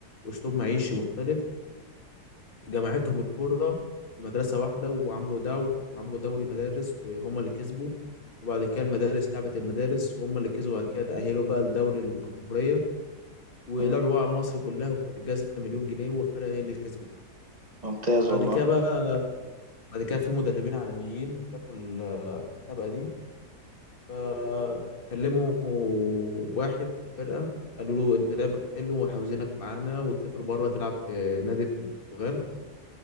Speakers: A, on the left; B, on the right.
A: أسلوب معيشي مختلف جمعتهم الكرة في مدرسة واحدة وعملوا دوري وعملوا دوري مدارس وهم اللي كسبوا وبعد كده المدارس لعبت المدارس وهم اللي كسبوا بعد كده تأهلوا بقى لدوري الجمهورية ولعبوا
B: أمم.
A: بقى على مصر كلها وكانت الجائزة مليون جنيه والفرقة هي اللي كسبت
B: ممتاز
A: بعد
B: والله
A: كده بقى بعد كده في مدربين عالميين شافوا ال- المسابقة دي فكلموا واحد في الفرقة قالوا له انت لعبك حلو وعاوزينك معانا وتسافر بره تلعب في نادي في البرتغال